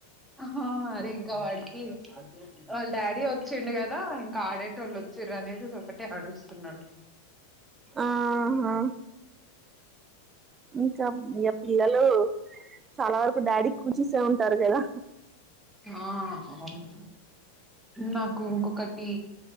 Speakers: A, in the centre; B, on the right.
A: అహా అరే ఇక వాడికి వాళ్ డాడీ వచ్చిండు కదా ఇంకా ఆడేటోళ్ళు వచ్చిర్రు అనేసి ఒకటే అడుస్తున్నాడు
B: ఆహా ఇంకా ఇగ పిల్లలు చాలా వరకు డాడీ కుచిసే ఉంటారు కదా
A: ఆ అవును నాకు ఇంకొకటి